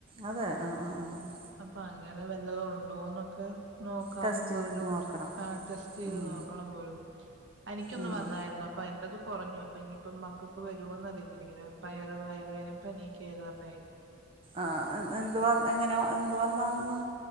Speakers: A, on the right; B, on the right.
A: അതെ ആഹ് ആഹ് ആഹ്
B: അപ്പൊ അങ്ങനെ വല്ലതും ഉണ്ടോന്നൊക്കെ നോക്കാന്നും
A: ടെസ്റ്റ്
B: പറഞ്ഞോക്കി
A: ചെയ്ത് നോക്കണം
B: ആഹ് ടെസ്റ്റ് ചെയ്ത്
A: ഉം.
B: നോക്കണം പോലും എനിക്കൊന്ന്
A: ഉം.
B: വന്നായിരുന്നു അപ്പൊ എന്റെതും കുറഞ്ഞു അപ്പൊ ഇനിയിപ്പ മക്കൾക്ക് വരുമോന്ന് അറിയത്തില്ല ഇങ്ങന പയർ വയർ വേദന പനിയൊക്കെ ആയത് പറഞ്ഞേ
A: ആ എന്ത് വ എങ്ങനെ എന്ത് വന്നാന്ന്